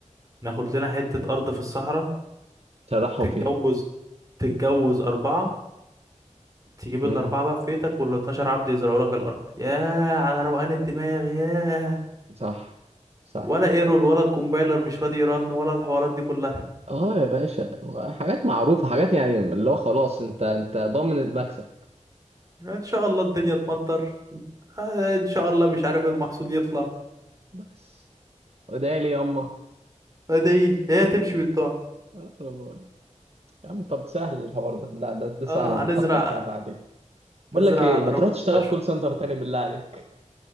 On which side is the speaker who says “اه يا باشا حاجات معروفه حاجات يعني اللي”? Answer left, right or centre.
Right